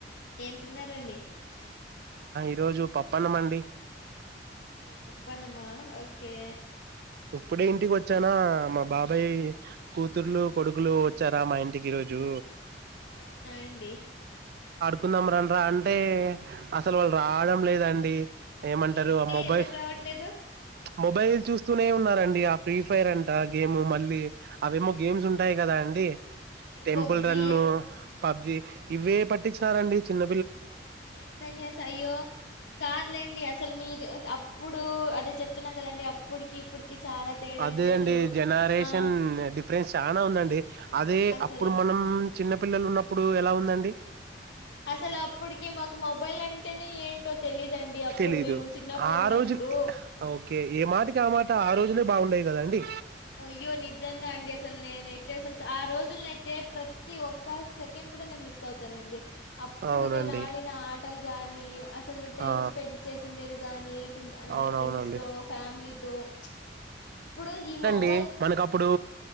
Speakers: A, on the left (about 75°); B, on the right (about 60°).
A: ఏం తిన్నారండి
B: ఈ రోజు పప్పన్నం అండి
A: ఓ పప్పనమా ఓకే
B: ఇప్పుడే ఇంటికి వచ్చానా మా బాబాయ్ కూతుర్లు కొడుకులు వచ్చారా మా ఇంటికి ఈ రోజు
A: ఓ అవునా అండి
B: కుందాం రండ రా అంటే అసలు వాళ్ళు రావడం లేదండి ఏమంటారు
A: ఏ అండి
B: ఆ మొబైల్
A: ఎందుకు రావట్లేదు
B: మొబైల్ చూస్త స్తూనే ఉన్నారండి ఆ ఫ్రీ ఫైర్ అంట గేమ్ మళ్ళీ అవేమో గేమ్స్ ఉంటాయి కదా అండి
A: అయ్యో
B: టెంపుల్
A: పబ్జి
B: రన్ను పబ్జి ఇవే పట్టించినారండి చిన్న
A: ఏంటండి అసలు అయ్యో కార్లేండి అసలు మీరు అప్పుడు లూ అదే చెప్తున్నాం కదండి అప్పటికి చాలా తేడా
B: అదే
A: అసలు
B: అండి జనరేషన్
A: ఆ
B: డిఫరెన్స్ చాల ఉందండి అదే
A: అసలు
B: అప్పుడు మనం చిన్న పిల్లలు ఉన్నప్పుడు ఎలా ఉందండి
A: అసలు అప్పటికి మాకు మొబైల్ అంటేనే ఏంటో తెలీదండి అప్పుడు
B: తెలీదు
A: మేము చిన్నప్పుడు
B: ఆ
A: ఉన్నప్పుడు
B: రోజు ఓకే ఏ మాటకి ఆ మాట ఆ రోజులే బాగుండేయి కదండి
A: అయ్యో నిజంగా అండి అసలు నేనైతే అసలు ఆ రోజులనయితే ప్రతి ఒక్క సెకండ్ కూడా నేను మిస్ అవుతానండి అప్పుడు
B: అవునండి
A: నేను ఆడిన ఆటలు గాని అసలు టైమ్
B: ఆ
A: స్పెండ్ చేసిండేది కాగాని ఏ పిల్ అంటే
B: అవునవునండి
A: ఫ్రెండ్స్ తో ఫ్యామిలీతో ఇప్పుడు ఈ మొబ్
B: కి మనకప్పుడు